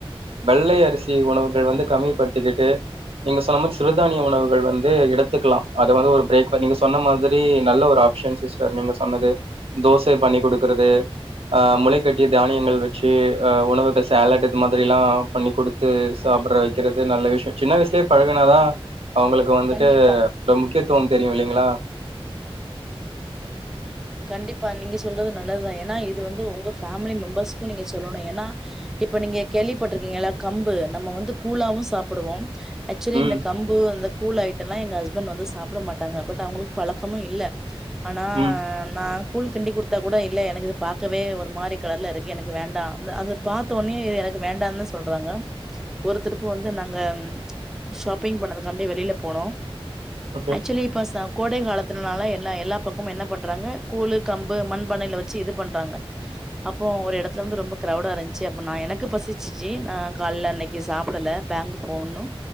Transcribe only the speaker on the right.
வெள்ளை அரிசி உணவுகள் வந்து கம்மிப்படுத்திக்கிட்டு நீங்க சொன்ன மாரி சிறுதானிய உணவுகள் வந்து எடுத்துக்கலா அது வந்து ஒரு பிரேக் நீங்க சொன்ன மாதிரி நல்ல ஒரு ஆப்ஷன்ஸ் சிஸ்டர் நீங்க சொன்னது தோசை பண்ணி குடுக்குறது அஹ் முளை கட்டிய தானியங்கள் வச்சி அஹ் உணவுகள் சேலட் இது மாதிரி எல்லா பண்ணி கொடுத்து சாப்புட்ற வைக்கிறது நல்ல விஷயோ சின்ன வயசுலயே பழகுனாதா அவங்களுக்கு வந்துட்டு
அஹ் முக்கியத்துவம் தெரியு இல்லைங்களா
ம்
ம்
ஓகே